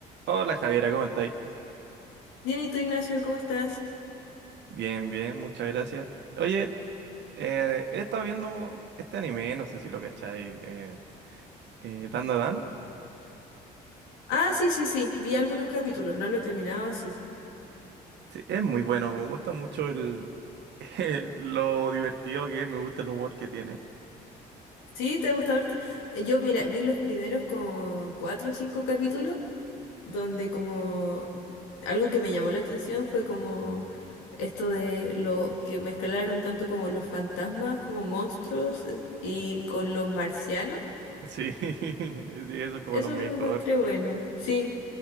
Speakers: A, on the right (about 65°); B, on the left (about 80°).
A: Hola Javiera, ¿cómo estáis?
B: Bien, ¿y tú, Ignacio, cómo estás?
A: Bien, bien, muchas gracias. Oye, eh, he estado viendo este anime, no sé si lo cacháis, eh, eh, Dan Da Dan.
B: Ah, sí, sí, sí, vi algunos capítulos, no lo he terminado, sí.
A: Sí, es muy bueno, me gusta mucho el, <laughs> lo divertido que es, me gusta el humor que tiene.
B: ¿Sí? ¿Te ha gustado ahorita? Yo, mira, vi los primeros como cuatro o cinco capítulos, donde como algo que me llamó la atención fue como esto de lo que mezclaron tanto como los fantasmas, como monstruos eh, y con los marcianos.
A: Sí, <laughs> sí, eso es como
B: Eso
A: lo mejor.
B: lo encontré bueno, sí.